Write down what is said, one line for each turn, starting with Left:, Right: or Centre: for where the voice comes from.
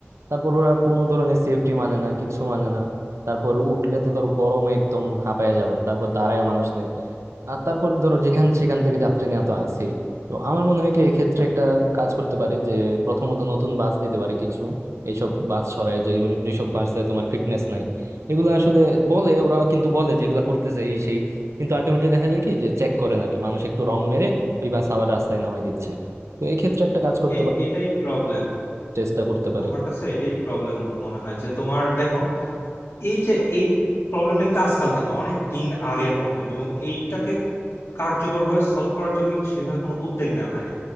Right: তারপর ওরা কোনো ধরনের সেফটি মানে না কিছু মানে না তারপর উঠলে তো ধরো গরমে একদম হাঁপায়া যাবে তারপর দাঁড়ায় মানুষ নেই আর তারপর ধরো যেখান সেখান থেকে যাত্রী নেওয়া তো আছেই তো আমার মনে হয় কি এক্ষেত্রে একটা কাজ করতে পারে যে প্রথমত নতুন বাস দিতে পারে কিছু এইসব বাস সরায় যে যেসব বাসে তোমার ফিটনেস নাই এগুলো আসলে বলে ওরা কিন্তু বলে যে এগুলো করতেছে এই সেই কিন্তু আলটিমেটলি দেখা যায় কি যে চেক করে না আর কি মানুষ একটু রং মেরে ওই বাস আবার রাস্তায় নামায় দিচ্ছে তো এই ক্ষেত্রে একটা কাজ করতে
Left: এ-
Right: পারে
Left: এটাই প্রবলেম
Right: চেষ্টা করতে পারে
Left: আমার কাছে এটাই প্রবলেম মনে হয় যে তোমার দেখো এই যে এই প্রবলেমটা কিন্তু আজকালকে না অনেক দিন আগের প্রবলেম এবং এইটাকে কার্যকরভাবে সলভ করার জন্য কিন্তু সেভাবে কোনো উদ্যোগ নেওয়া হয়নি